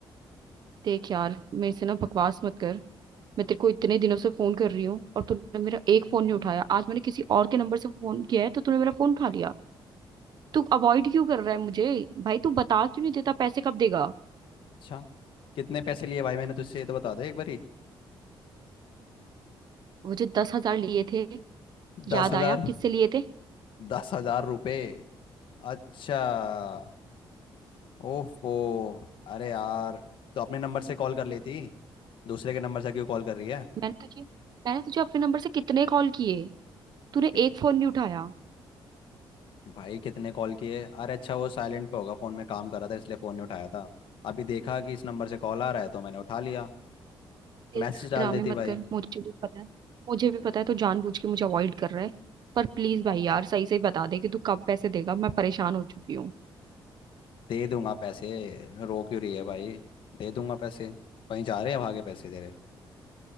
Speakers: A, on the right (about 50°); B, on the left (about 65°).
A: देख यार मेरे से ना बकवास मत कर मैं तेरे को इतने दिनों से फोन कर रही हूँ और तूने मेरा एक फोन नहीं उठाया आज मैंने किसी और के नंबर से फोन किया है तो तूने मेरा फोन उठा लिया तू अवॉइड क्यों कर रहा है मुझे भाई तू बता क्यों नहीं देता पैसे कब देगा
B: अच्छा कितने पैसे लिए भाई मैंने तुझसे ये तो बता दे एक बारी
A: वो जो दस हजार लिए थे
B: दस
A: याद
B: हजार
A: आया किससे लिए थे
B: दस हजार रुपये अच्छा ओफो अरे यार तो अपने नंबर से कॉल कर लेती दूसरे के नंबर से क्यों कॉल कर रही है
A: मैंने तुझे मैंने तुझे अपने नंबर से कितने कॉल किए तूने
B: कित,
A: एक फोन नहीं उठाया
B: भाई कितने कॉल किए अरे अच्छा वो साइलेंट पे होगा फोन में काम कर रहा था इसलिए फोन नहीं उठाया था अभी देखा कि इस नंबर से कॉल आ रहा है तो मैंने उठा लिया
A: देख
B: मैसेज डाल
A: ड्रामे
B: देती
A: मत
B: भाई
A: कर मुझे भी पता है मुझे भी पता है तू जानबूझ के मुझे अवॉइड कर रहा है पर प्लीज भाई यार सही से बता दे कि तू कब पैसे देगा मैं परेशान हो चुकी हूँ
B: दे दूंगा पैसे रो क्यों रही है भाई दे दूंगा पैसे कहीं जा रहे हैं भागे पैसे तेरे